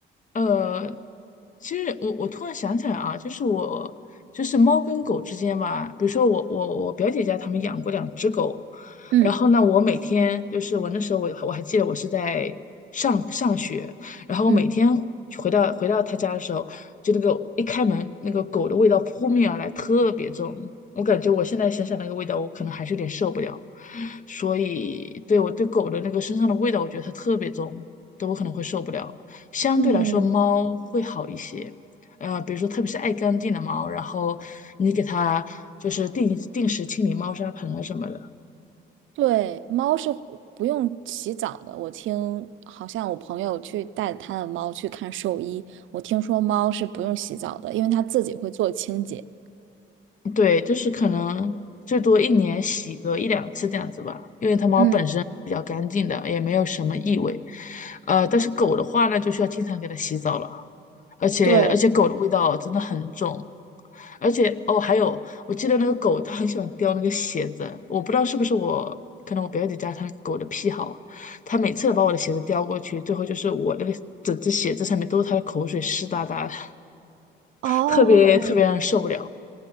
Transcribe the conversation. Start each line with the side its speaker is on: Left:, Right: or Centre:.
Left: 呃，其实我我突然想起来啊，就是我就是猫跟狗之间嘛，比如说我我我表姐家他们养过两只狗，
Right: 嗯
Left: 然后呢，我每天就是我那时候我我还记得我是在上上学，然后我每天回到回到他家的时候，
Right: 嗯。
Left: 就那个一开门那个狗的味道扑面而来，特别重，我感觉我现在想想那个味道，我可能还是有点受不了，所以对我对狗的那个身上的味道，我觉得它特别重，都我可能会受不了。相对来说猫会好一些。
Right: 嗯。
Left: 呃，比如说特别是爱干净的猫，然后你给它就是定定时清理猫砂盆啊什么的，
Right: 对，猫是不用洗澡的。我听好像我朋友去带他的猫去看兽医，我听说猫是不用洗澡的，因为它自己会做清洁。
Left: 对，就是可能最多一年洗个一两次这样子吧，因为它猫本身比较干净的，
Right: 嗯，
Left: 也没有什么异味。呃，但是狗的话呢，就需要经常给它洗澡了。而且而且狗的味道真的很重，
Right: 对，
Left: 而且哦，还有我记得那个狗它很喜欢叼那个鞋子，我不知道是不是我，可能我表姐家它狗的癖好，它每次把我的鞋子叼过去，最后就是我那个整只鞋子上面都是它的口水，湿哒哒的，
Right: 哦，
Left: 特别特别让人受不了。